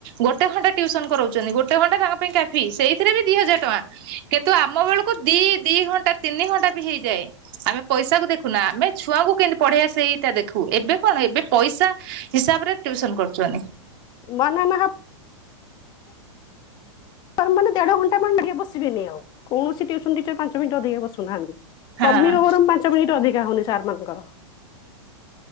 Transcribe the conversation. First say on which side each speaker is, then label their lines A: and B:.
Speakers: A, on the right; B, on the left.
A: ଗୋଟେ ଘଣ୍ଟା ଟିଉସନ କରଉଚନ୍ତି ଗୋଟେ ଘଣ୍ଟା ତାଙ୍କ ପାଇଁ କା ଫି ସେଇଥେରେ ବି ଦି ହଜାର ଟଙ୍କା କିନ୍ତୁ ଆମ ବେଳୁକୁ ଦି ଦି ଘଣ୍ଟା ତିନି ଘଣ୍ଟା ବି ହେଇଯାଏ ଆମେ ପଇସାକୁ ଦେଖୁନା ଆମେ ଛୁଆଙ୍କୁ କିନ୍ତି ପଢେଇଆ ସେଇଟା ଦେ ଖୁ ଏବେ କଣ ଏବେ ପଇସା ହିସାବରେ ଟିଉସନ କରୁଛନି।
B: ନା ନା ନା ହାପ୍ <unintelligible> ମାନେ ଦେଢ ଘଣ୍ଟା ମାନେ ଟିକେ ବସିବେନି ଆଉ କୌଣସି ଟିଉସ୍ ସନ୍ ଟିଚର୍ ପାଞ୍ଚ ମିଣ୍ଟି ଅଧିକା ବସୁନାହାନ୍ତି
A: ହଁ
B: କମିବ ବରଂ ପାଞ୍ଚ ମିନିଟ୍ ଅଧିକା ହଉନି ସାରମାନଙ୍କର।